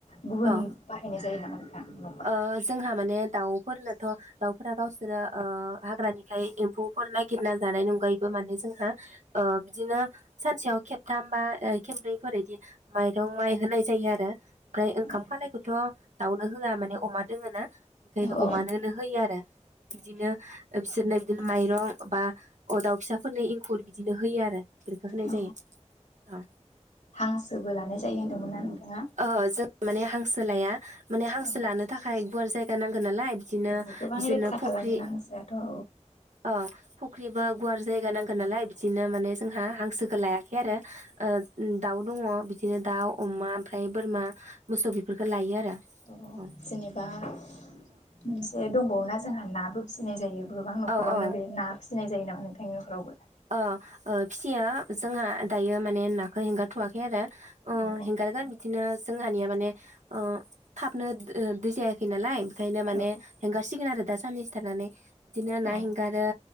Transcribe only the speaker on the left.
गुबुन
बाहायनाय जायो नाामा? <unintelligible>
औ
औ
औ
हांसोबो लानाय जायो होन्दोंमोनना नोंथाङा
औ
औ गोबां
लेथ्रा
खालामोना हांसोआथ' औ
<unintelligible>
जेनेबा मोनसे दं‌ बावना जोंहा नाबो फिसिनाय जायो गोबां न'खरावनो
बे ना फिसिनाय जायो नामा नोंथांनि नफ्रावबो?
औ
औ
औ